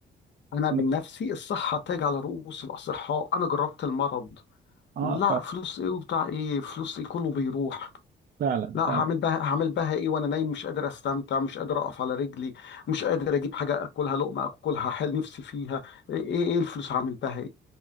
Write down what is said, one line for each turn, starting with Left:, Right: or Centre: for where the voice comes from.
Left: أنا
Right: مت...
Left: من نفسي الصحة تاج على رؤوس الأصحاء أنا جربت المرض
Right: آه
Left: لا فلوس إيه وبتاع إيه فلوس إيه كله بيروح
Right: ففعلا
Left: لا هعمل
Right: فعلا
Left: بها هعمل بها ايه وانا نايم مش قادر استمتع مش قادر اقف على رجلي مش قادر اجيب حاجه اكلها لقمه اكلها حال نفسي فيها ايه ايه إيه الفلوس هعمل بها